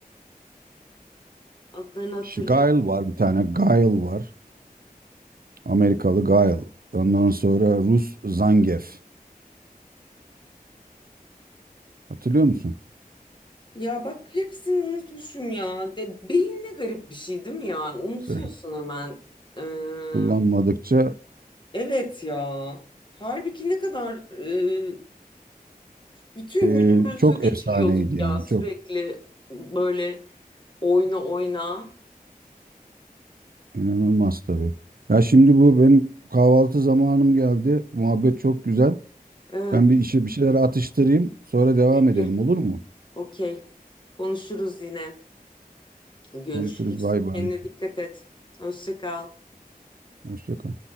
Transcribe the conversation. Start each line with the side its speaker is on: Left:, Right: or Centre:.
Left: Adlarını hatırlayamıyorum.
Right: Shi- Guile var bir tane. Guile var. Amerikalı Guile. Ondan sonra Rus Zangief. Hatırlıyor musun?
Left: Ya bak hepsini unutmuşum ya. De, beyin ne garip bir şey değil mi ya? Unutuyorsun
Right: İşte
Left: hemen. Ee,
Right: kullanmadıkça
Left: evet ya. Halbuki ne kadar e, bütün
Right: e,
Left: günümüzü
Right: çok
Left: geçiriyorduk
Right: efsaneydi yani.
Left: ya sürekli
Right: Çok
Left: böyle oyna oyna.
Right: inanılmaz tabii. Ya şimdi bu benim kahvaltı zamanım geldi. Muhabbet çok güzel.
Left: Evet
Right: Ben bir işe bir şeyler atıştırayım. Sonra devam
Left: peki
Right: edelim olur mu?
Left: okey. Konuşuruz yine. Görüşürüz.
Right: Konuşuruz. Bay bay.
Left: Kendine dikkat et. Hoşça kal.
Right: Hoşça kal.